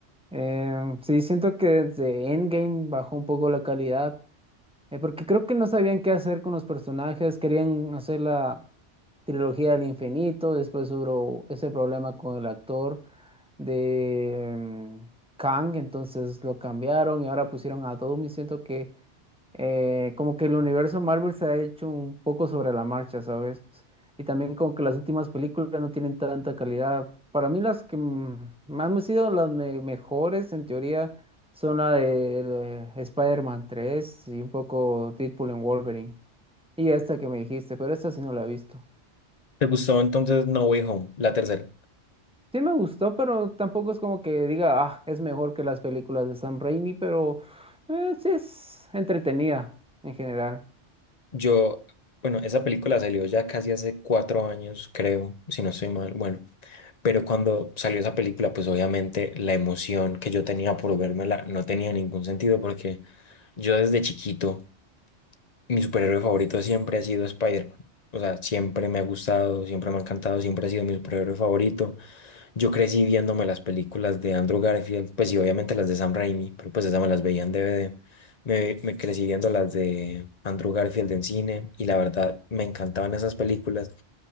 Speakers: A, in the centre; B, on the left.
A: Em, sí, siento que desde Endgame bajó un poco la calidad, eh, porque creo que no sabían qué hacer con los personajes, querían hacer la trilogía del infinito, después hubo ese problema con el actor de em, Kang, entonces lo cambiaron y ahora pusieron a Doom y siento que eh, como que el universo Marvel se ha hecho un poco sobre la marcha, ¿sabes? Y también como que las últimas películas no tienen tanta calidad. Para mí las que mm, más me han sido las me- mejores en teoría son la de eh, Spider-Man 3 y un poco Deadpool en Wolverine. Y esta que me dijiste, pero esta sí no la he visto.
B: ¿Te gustó entonces No Way Home, la tercera?
A: Sí me gustó, pero tampoco es como que diga, ah, es mejor que las películas de Sam Raimi, pero eh, sí es entretenida en general.
B: Yo, bueno, esa película salió ya casi hace cuatro años, creo, si no estoy mal, bueno. Pero cuando salió esa película, pues obviamente la emoción que yo tenía por vérmela no tenía ningún sentido porque yo desde chiquito Mi superhéroe favorito siempre ha sido Spider-Man. O sea, siempre me ha gustado, siempre me ha encantado, siempre ha sido mi superhéroe favorito. Yo crecí viéndome las películas de Andrew Garfield, pues y obviamente las de Sam Raimi, pero pues esas me las veía en DVD. Me, me crecí viendo las de Andrew Garfield en cine y la verdad me encantaban esas películas.